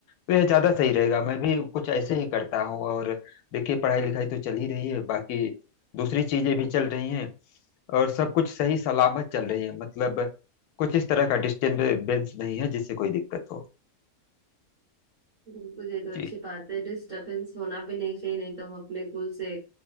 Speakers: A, on the left; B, on the right.
A: तो यह ज्यादा सही रहेगा मैं भी कुछ ऐसे ही करता हूँ और देखिए पढ़ाई लिखाई तो चल ही रही है बाकी दूसरी चीजें भी चल रही हैं और सब कुछ सही सलामत चल रही है मतलब कुछ इस तरह का डिस्टरबेंस नहीं है जिससे कोई दिक्कत हो
B: बिल्कुल ये तो
A: जी
B: अच्छी बात है डिस्टरबेंस होना भी नहीं चाहिए नहीं तो हम अपने गोल से